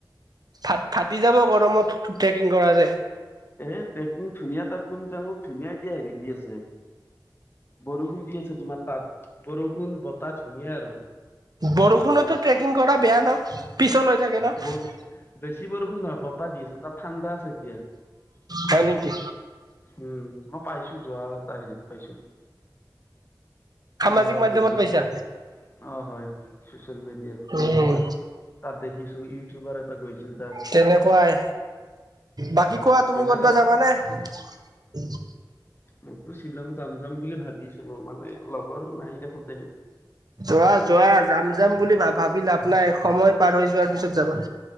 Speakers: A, on the right; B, on the left.
A: ফা- ফাটি যাব গৰমত, ট্ৰেকিং কৰা যায়।
B: এ, ট্ৰেকিং ধুনীয়া তাত। তুমি <unintelligible> ধুনীয়া এতিয়া সেৰিত। দি আছে, বৰষুণ দি আছে, তোমাৰ তাত। বৰষুণ, বতাহ ধুনীয়া আৰু।
A: বৰষুণতো ট্ৰেকিং কৰা বেয়া ন'! পিছল হৈ থাকে ন'।
B: ব বেছি বৰষুণ নহয়, বতাহ দি আছে, তাত ঠাণ্ডা আছে এতিয়া।
A: হয় নিকি?
B: উম, মই পাইছোঁ, যোৱা এটা সেৰিত পাইছোঁ।
A: সামাজিক
B: কোনোবা
A: মাধ্যমত
B: গৈছিল।
A: পাইছা
B: অ'! হয়, হয়, ছচিয়েল মিডিয়াত
A: উম
B: মানে তোমাৰ। তাত দেখিছোঁ, ইউটিউবাৰ এটা গৈছিল তাত।
A: তেনেকুৱাই। বাকী কোৱা, তুমি
B: মানে
A: ক'ৰবাত
B: তাত
A: যাবানে? <unintelligible>
B: মইতো শ্বিলং যাম-যাম বুলি ভাবিছিলোঁ! মানে, লগৰ নাই দেখোন তেনে
A: যোৱা-যোৱা, যাম-যাম বুলি ভা-ভাবি লাভ নাই। সময় পাৰ হৈ যোৱাৰ পিছত যাবা?